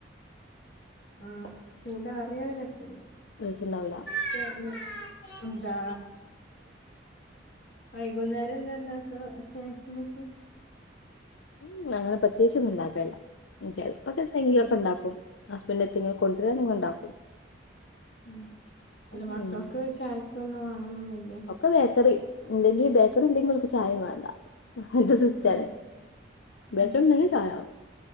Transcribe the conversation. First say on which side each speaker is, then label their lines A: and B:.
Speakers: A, on the left (about 60°); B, on the left (about 80°).
A: ആഹ ചൂട അറിയാതെ രസല്ല
B: ടേസ്റ്റ് ഉണ്ടാവൂല
A: ശ എന്താ വൈകുന്നേരം എന്താ ഉണ്ടാക്ക സ്നാക്സിനൊക്കെ
B: ഉം അങ്ങനെ പ്രത്യാേകിച്ച് ഒന്നും ഉണ്ടാക്കല്ല ചെലപ്പൊക്കെ എന്തെങ്കിലും
A: ഉം
B: ഒക്കെ ഉണ്ടാക്കും ഹസ്ബൻഡ് എങ്കിലും കൊണ്ടുവരാാനെങ്ക ഉണ്ടാക്കും
A: ഉ അല്ല
B: ഉം
A: മക്കൾക്ക് ചായക്ക് ഒന്നും വേണന്നൊന്നുല്ലേ
B: ഒക്കെ ബേക്കറി ഇല്ലെങ്കി ബേക്കറി ഇല്ലെങ്കിൽ ഒക്ക ചായയും വേണ്ട എന്റെ സിസ്റ്ററെ
A: ഉം ഉം ഉം
B: ബേക്കറി ഉണ്ടെങ്കിൽ ചായണോ